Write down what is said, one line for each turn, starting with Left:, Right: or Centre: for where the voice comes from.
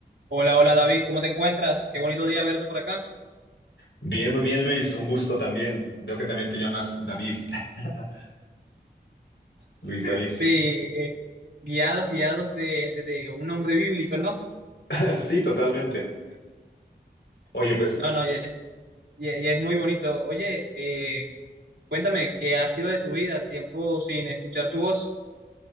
Right: Hola, hola David, ¿cómo te encuentras? Qué bonito día verte por acá.
Left: Bien, muy bien, Luis. Un gusto también. Veo que también te llamas David. <laughs> Luis David.
Right: Sí, eh, guiados, guiados de, de- de un hombre bíblico, ¿no?
Left: <laughs> Sí, totalmente. Oye, pues
Right: No, no, ya, ya- ya es muy bonito. Oye, eh, cuéntame, ¿qué ha sido de tu vida? Tiempo sin escuchar tu voz.